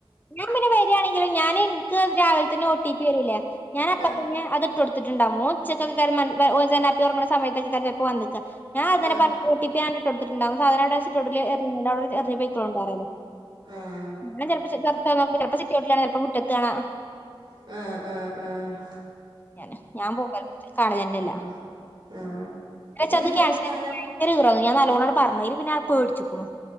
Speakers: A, on the left; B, on the right.
A: ഞാൻ പിന്നെ വരിയാണെങ്കിലും ഞാൻ എനിക്ക് രാവിലെ തന്നെ ഒ ടി പി വരല്ലേ ഞാൻ അപ്പ
B: ആഹ്
A: തന്നെ അത്ട്ട് കൊടുത്ത് കൊടുത്തിട്ടുണ്ടാകും ഓൻ ഉച്ചക്കൊക്കെയ്ക്കാരം <unintelligible> ജെന്നാപ്പി ഒർങ്ങ്ണെ സയത്തൊക്കെയ്ക്കാരം ചെൽപ്പം വന്ന്ക്ക ഞാ അങ്ങന്നെ
B: ആഹ്
A: പല <unintelligible> ഓ ടി പി ആണ്ട്ഇട്ടൊട്ത്ത്ട്ട്ണ്ടാവും <unintelligible> സാധനവിടെ സിറ്റൗട്ടിൽ എിറ്ഞ്ഞാട അവ്ടെ എറ്ഞ്ഞ് പൊയിക്കളോണ്ട്പറ്യലാ
B: ആഹ്
A: ഇവ്ടെ ചെലപ്പോ <unintelligible> ചിലപ്പോ സിറ്റൗട്ടില്കാണ ചിലപ്പം മുറ്റത്ത് കാണാ
B: ആഹ ആഹ ഉഹ
A: ഞാന് ഞാൻ പോക്കാലെന്നെല്ല കാണലെന്നെല്ല
B: ആഹ് ആഹ്
A: ഏന്താച്ചാത്
B: ഇന്ന് ചെലപ്പോ
A: ക്യാൻസലായത്ച്ച്
B: കാണാ
A: ഭയങ്കര ഈറായ്ണാ ഞാൻ നല്ലോണാണ്ട് പറഞ്ഞ് അയ്ല് പിന്നെ ആ പേടിച്ചുക്കുണു